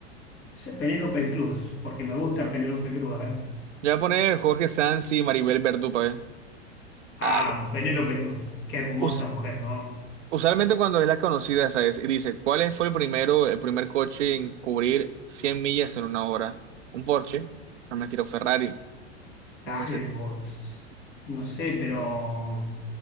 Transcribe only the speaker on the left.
Se- Penélope Cruz, porque me gusta Penélope Cruz. A ver.
Ah,
Penélope Cruz. Qué hermosa
mujer, ¿no?
Talbot.
No sé, pero.